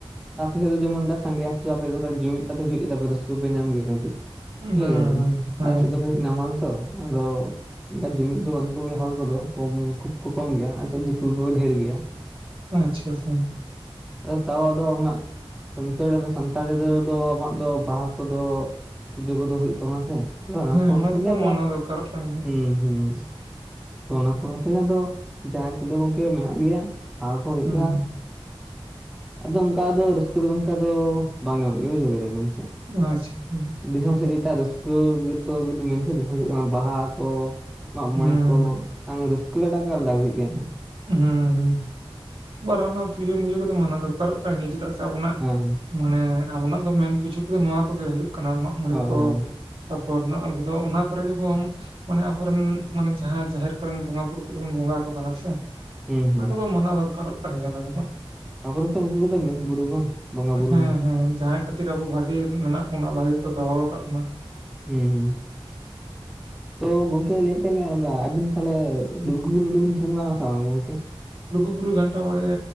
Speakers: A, in the centre; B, on the right.
A: ᱟᱯᱮ ᱥᱮᱫ ᱫᱚ ᱡᱮᱢᱚᱱ ᱥᱟᱸᱜᱮ ᱟᱹᱛᱩ ᱟᱯᱮ ᱡᱩᱢᱤᱫ ᱠᱟᱛᱮ ᱦᱩᱭᱩᱜ ᱜᱮᱭᱟ ᱟᱯᱮ ᱨᱟᱹᱥᱠᱟᱹ ᱯᱮ ᱧᱟᱢ ᱜᱮᱭᱟ ᱠᱟᱹᱴᱤᱡ ᱾
B: ᱦᱩᱸ
A: ᱵᱩᱡᱷᱟᱹᱣ
B: ᱦᱮᱸ
A: ᱠᱮᱫᱟ ᱵᱤᱱ ᱥᱮ,
B: ᱟᱪᱪᱷᱟ
A: ᱟᱞᱮ ᱥᱮᱫ ᱫᱚ ᱠᱟᱹᱴᱤᱡ ᱱᱟᱢᱟᱞ ᱛᱚ, ᱟᱫᱚ ᱚᱱᱠᱟ ᱡᱩᱢᱤᱫ ᱫᱚ ᱵᱟᱹᱱᱩᱜ ᱠᱚᱜᱮᱭᱟ ᱦᱚᱲ ᱠᱚᱫᱚ ᱠᱚ ᱠᱷᱩᱵ ᱠᱚ ᱠᱚᱢ ᱜᱮᱭᱟ ᱟᱞᱮ ᱥᱮᱫ ᱫᱤᱠᱩ ᱠᱚᱠᱚ ᱰᱷᱮᱨ ᱜᱮᱭᱟ᱾
B: ᱟᱪᱪᱷᱟ ᱾
A: ᱟᱫᱚ ᱛᱟᱣ ᱟᱫᱚ ᱚᱱᱟ ᱥᱟᱱᱛᱟᱲᱤ ᱥᱟᱱᱛᱟᱲᱤ ᱨᱮᱫᱚ ᱟᱢᱟᱜ ᱫᱚ ᱵᱟᱦᱟ ᱠᱚᱫᱚ ᱯᱩᱡᱟᱹ ᱠᱚᱫᱚ ᱦᱩᱭᱩᱜ ᱛᱟᱵᱚᱱᱟ ᱥᱮ᱾ ᱚᱱᱟ
B: ᱦᱮᱸ
A: ᱠᱚ ᱠᱷᱟᱹᱛᱤᱨ
B: ᱠᱚᱫᱚ
A: ᱜᱮ ᱟᱫᱚ,
B: ᱢᱟᱱᱟᱣ ᱫᱚᱨᱠᱟᱨᱚᱜ ᱠᱟᱱ ᱜᱮᱭᱟ
A: ᱦᱩᱸ ᱦᱩᱸ ᱛᱚ ᱚᱱᱟᱠᱚ ᱠᱷᱟᱹᱛᱤᱨ ᱜᱮ ᱟᱫᱚ ᱡᱟᱦᱮᱨ ᱠᱚᱫᱚ ᱜᱚᱝᱠᱮ ᱢᱮᱱᱟᱜ ᱜᱮᱭᱟ ᱵᱟᱦᱟᱣ ᱠᱚ ᱦᱩᱭᱩᱜ
B: ᱦᱩᱸ
A: ᱜᱮᱭᱟ᱾ ᱟᱫᱚ ᱚᱱᱠᱟ ᱫᱚ ᱨᱟᱹᱥᱠᱟᱹ ᱫᱚ ᱜᱚᱝᱠᱮ ᱚᱱᱠᱟ ᱫᱚ ᱵᱟᱝ ᱧᱟᱢ ᱜᱮᱭᱟ ᱵᱩᱡᱷᱟᱹᱣ ᱠᱮᱫᱟ ᱵᱤᱱ ᱥᱮ᱾
B: ᱟᱪᱪᱷᱟ ᱾
A: ᱫᱤᱥᱚᱢ ᱥᱮᱫ ᱡᱮᱴᱟ ᱨᱟᱹᱥᱠᱟᱹ ᱜᱮᱛᱚ ᱢᱮᱱᱠᱷᱟᱱ ᱫᱤᱥᱚᱢ ᱥᱮᱫ ᱠᱟᱱᱟ ᱵᱟᱦᱟ ᱠᱚ ᱢᱟᱜ
B: ᱦᱩᱸ
A: ᱢᱚᱬᱮ ᱠᱚ ᱵᱟᱝ ᱨᱟᱹᱥᱠᱟᱹᱴᱟᱜ ᱜᱮ ᱟᱞᱟᱫᱟ ᱵᱩᱡᱷᱟᱹᱜ ᱜᱮᱭᱟ ᱾
B: ᱦᱮᱸ ᱦᱮᱸ ᱟᱨᱦᱚᱸ ᱱᱚᱣᱟ ᱯᱩᱡᱟᱹ ᱢᱩᱡᱟᱹ ᱠᱚᱫᱚ ᱢᱟᱱᱟ ᱫᱚᱨᱠᱟᱨᱚᱜ ᱠᱟᱱ ᱜᱮᱭᱟ ᱪᱮᱫᱟᱜ ᱥᱮ ᱟᱵᱚᱱᱟᱜ
A: ᱦᱳᱭ
B: ᱢᱟᱱᱮ ᱟᱵᱚᱱᱟᱜ ᱫᱚ ᱢᱮᱱ ᱯᱩᱡᱟᱹ ᱠᱚᱜᱮ ᱱᱚᱣᱟ ᱠᱚᱜᱮ ᱦᱩᱭᱩᱜ ᱠᱟᱱᱟ ᱢᱟᱜ ᱢᱚᱬᱮ
A: ᱦᱳᱭ
B: ᱠᱚ ᱾ ᱛᱟᱯᱚᱨ ᱦᱮᱱᱟᱜ ᱠᱟᱫᱟ ᱚᱱᱟ ᱠᱚᱨᱮ ᱜᱮᱵᱚᱱ ᱢᱟᱱᱮ ᱟᱵᱚᱨᱮᱱ ᱢᱟᱱᱮ ᱡᱟᱦᱟ ᱡᱟᱦᱮᱨ ᱠᱚᱨᱮᱱ ᱵᱚᱸᱜᱟ ᱵᱩᱨᱩ ᱠᱚᱫ ᱵᱚᱱ ᱵᱚᱸᱜᱟ ᱟᱠᱚ ᱠᱟᱱᱟ ᱥᱮ
A: ᱦᱩᱸ
B: ᱚᱱᱟ
A: ᱦᱩᱸ
B: ᱠᱚᱫᱚ ᱢᱟᱱᱟᱣ ᱫᱚᱨᱠᱟᱨᱚᱜ ᱠᱟᱱ ᱜᱮᱭᱟ ᱚᱱᱟ ᱠᱚᱫᱚ᱾
A: ᱛᱟᱯᱚᱨᱮᱛᱮ ᱩᱱᱠᱩ ᱠᱚ ᱢᱮᱱ ᱵᱩᱨᱩ ᱵᱟᱝ ᱵᱚᱸᱜᱟ
B: ᱦᱮᱸ
A: ᱵᱩᱨᱩ ᱢᱟ᱾
B: ᱦᱮᱸ ᱡᱟᱦᱟᱸᱭ ᱠᱷᱟᱹᱛᱤᱨ ᱟᱵᱚ ᱵᱷᱟᱜᱤ ᱢᱮᱱᱟᱜ ᱵᱚᱱᱟ ᱵᱷᱟᱜᱤ ᱠᱚ ᱫᱚᱦᱚ ᱟᱠᱟᱫ ᱵᱚᱱᱟ᱾
A: ᱦᱩᱸ
B: <inaudible>
A: ᱛᱚ ᱜᱚᱝᱠᱮ ᱞᱟᱹᱭᱮᱫ ᱛᱟᱦᱮᱤᱧ ᱟᱵᱤᱱ ᱫᱚ ᱛᱟᱦᱚᱞᱮ ᱞᱩᱜᱩᱵᱩᱨᱩ ᱠᱚᱫᱚᱵᱤᱱ ᱥᱮᱱ ᱵᱟᱲᱟᱱᱟ ᱥᱮ ᱵᱟᱝ ᱜᱚᱝᱠᱮ?
B: ᱞᱩᱜᱩᱵᱩᱨᱩ ᱜᱷᱟᱱᱴᱟ ᱵᱟᱲᱮ